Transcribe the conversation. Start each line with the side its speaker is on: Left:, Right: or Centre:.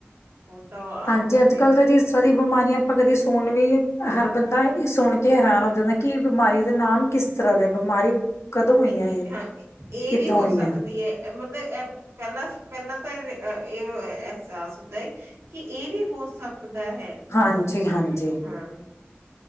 Right: ਹੁਣ ਤਾਂ ਉਹ ਆਮ
Left: ਹਾਂਜੀ
Right: ਹੋ
Left: ਅੱਜ
Right: ਗਏ
Left: ਕੱਲ੍ਹ
Right: ਨੇ
Left: ਤਾਂ ਜੀ ਇਸ ਤਰ੍ਹਾਂ ਦੀ ਬਿਮਾਰੀ ਆਪਾਂ ਕਦੇ ਸੁਣ ਵੀ ਹਰ ਬੰਦਾ ਸੁਣ ਕੇ ਹੈਰਾਨ ਹੋ ਜਾਂਦਾ ਕਿ ਇਹ ਬਿਮਾਰੀ ਦਾ ਨਾਮ ਕਿਸ ਤਰ੍ਹਾਂ ਦਾ ਬਿਮਾਰੀ ਕਦੋਂ ਹੋਈਆਂ
Right: ਕਿ
Left: ਇਹ
Right: ਹਾਂ ਇਹ
Left: ਕਿੱਦਾਂ
Right: ਵੀ ਹੋ
Left: ਹੋਈਆਂ
Right: ਸਕਦੀ ਹੈ ਇਹ ਪਹਿਲਾਂ ਪਹਿਲਾਂ ਤਾਂ ਇਹ ਅਹਿਸਾਸ ਹੁੰਦਾ ਏ ਕਿ ਇਹ ਵੀ ਬਹੁਤ ਦਾ ਹੈ
Left: ਹਾਂਜੀ ਹਾਂਜੀ
Right: ਹਾਂ